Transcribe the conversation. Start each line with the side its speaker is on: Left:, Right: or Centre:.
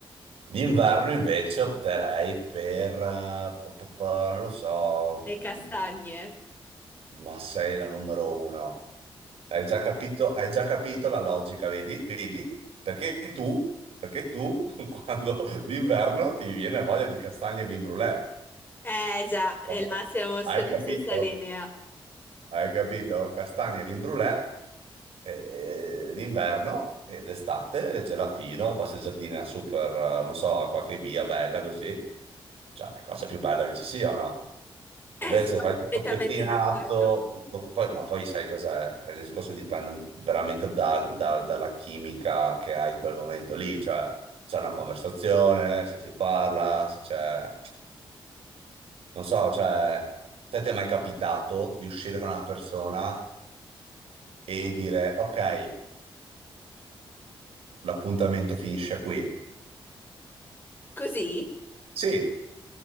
Right: D'inverno invece opterei per, eh, pa- pa- pa- non lo so,
Left: le castagne.
Right: mh, ma sei la numero uno. Hai già capito, hai già capito la logica, vedi? Vedi? Perché tu, perché tu, <laughs> quando d'inverno ti viene voglia di castagne e vin brûlée.
Left: Eh già, e
Right: Oh,
Left: là siamo sulla
Right: Hai capito?
Left: stessa linea.
Right: Hai capito? Castagne, vin brûlée, eh, d'inverno ed estate, gelatino, passeggiatina super, eh, non so, qualche via bella così. Cioè, la cosa più bella che ci sia o no?
Left: Eh,
Right: Invece
Left: sono
Right: vai
Left: perfettamente
Right: tutto pettinato,
Left: d'accordo.
Right: tutto- poi- ma poi sai cos'è? Il discorso dipende veramente dal- da- dalla chimica che hai in quel momento lì, cioè se c'è una conversazione, se si parla, se c'è... Non so, cioè, te ti è mai capitato di uscire con una persona e dire, ok, eh, l'appuntamento finisce qui?
Left: Così?
Right: Sì.